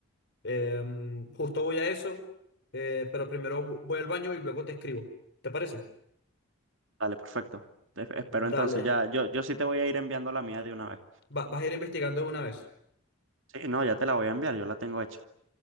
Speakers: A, on the left; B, on the right.
A: Em, justo voy a eso, eh, pero primero vo- voy al baño y luego te escribo. ¿Te parece?
B: Dale, perfecto. Te- Espero entonces,
A: Dale.
B: ya, yo, yo sí te voy a ir enviando la mía de una vez.
A: Va- vas a ir investigando de una vez.
B: Sí, no, ya te la voy a enviar, yo la tengo hecha.